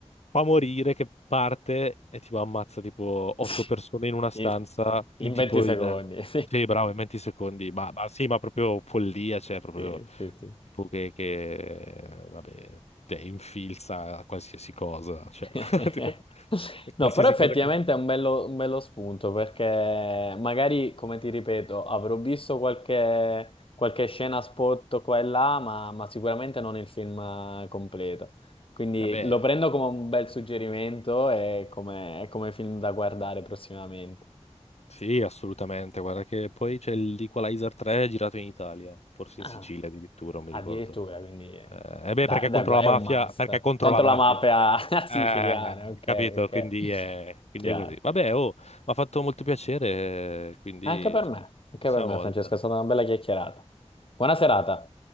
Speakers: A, on the left; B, on the left.
A: fa morire che parte e tipo ammazza tipo
B: <laughs>
A: otto
B: Sì,
A: persone in una stanza,
B: In,
A: in
B: in
A: tipo
B: 20 secondi.
A: in...
B: <laughs>
A: Sì, bravo, in 20 secondi. Ma, ma sì, ma proprio follia, cioè proprio
B: Sì, sì, sì.
A: tipo che, che vabbè, te infilza a qualsiasi cosa, cioè
B: <laughs>
A: <laughs> e
B: No,
A: qualsiasi
B: però effettivamente
A: cosa che...
B: è un bello, un bello spunto perché magari, come ti ripeto, avrò visto qualche, qualche scena spot qua e là, ma, ma sicuramente non il film eh, completo. Quindi
A: Vabbè,
B: lo prendo come un bel suggerimento e come, e come film da guardare prossimamente.
A: sì, assolutamente. Guarda che poi c'è l'Equalizer 3 girato in Italia, forse
B: Ah,
A: in Sicilia addirittura, non mi
B: addirittura,
A: ricordo.
B: quindi eh,
A: Eh, eh beh,
B: da-
A: perché
B: da
A: è contro
B: gu-
A: la
B: è
A: mafia,
B: un must.
A: perché è contro
B: Contro
A: la mafia,
B: la mafia <laughs>
A: Eh,
B: siciliana, ok,
A: capito,
B: ok.
A: quindi è, quindi
B: Chiaro.
A: è così. Vabbè, oh, mi ha fatto molto piacere, eh, quindi
B: Anche per me, anche
A: prossima
B: per me,
A: volta.
B: Francesca, è stata una bella chiacchierata. Buona serata.